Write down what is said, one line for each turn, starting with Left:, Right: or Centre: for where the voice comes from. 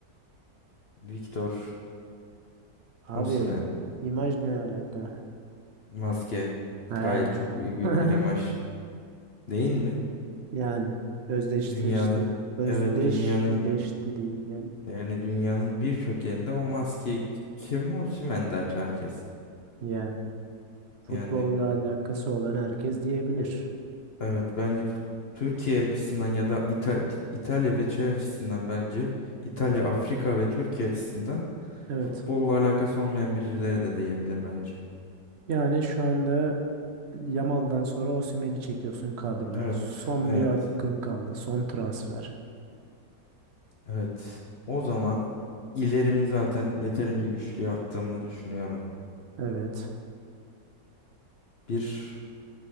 Left: Victor
Right: Abi.
Left: Osimhen.
Right: imaj ne alaka?
Left: Maske
Right: He.
Left: gayet çok büyük, büyük
Right: <laughs>
Left: bir imaj değil mi?
Right: Yani özdeşleşti.
Left: Dünyada
Right: Özdeşleşti
Left: evet dünyanın
Right: diyeyim yani.
Left: yani dünyanın birçok yerinde o maske kim Osimhen der herkes.
Right: Yani futbolla
Left: Yani
Right: alakası olan herkes diyebilir.
Left: Evet bence fut- Türkiye açısından ya da İta- İtalya ve şey açısından bence İtalya, Afrika ve Türkiye açısından
Right: Evet.
Left: futbolla alakası olmayan birileri de diyebilir bence.
Right: Yani şu anda Yamal'dan sonra Osimhen'i çekiyorsun kadroya.
Left: Evet,
Right: Son
Left: evet,
Right: bir hakkın kaldı. Son transfer.
Left: evet. O zaman ilerimi zaten yeterince güçlü yaptığımı düşünüyorum.
Right: Evet.
Left: Bir